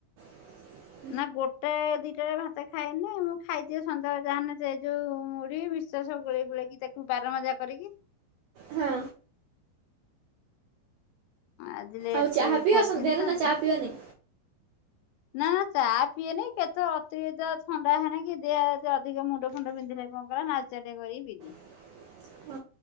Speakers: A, on the right; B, on the left.
A: <inaudible>
B: ନା ଗୋଟେ ଦିଟାରେ ଭାତ ଖାଇନେ ମୁଁ ଖାଇଦିଏ ସନ୍ଜଳେ ଜାହେନେ ସେଇଯୋଉ ମୁଢି ବିସ୍ ସେ ସବୁ ଗୋଳେଇ ଗୁଳାକି ତାକୁ ବାରମଜା କରିକି।
A: ହଁ।
B: ଆଜି ଲେଟ
A: ଆଉ ଚାହା
B: ରେ
A: ପିଅ
B: ଖାଇଥିନି
A: ସନ୍ଧ୍ୟାରେ
B: ତ
A: ନା ଚାହା ପିଅନି?
B: ନା ନା ଚା ପିଏନି କେତେ ଅତିରିକ୍ତ ଥଣ୍ଡା ହେନେ କି ଦେ ଜ ଅଧିକ ମୁଣ୍ଡ ଫୁଣ୍ଡ ପିନ୍ଧିଲେ କଣ୍ କଲା ନା ଲି ଚାଟେ କରିକି ପିଦିଏ।
A: <inaudible>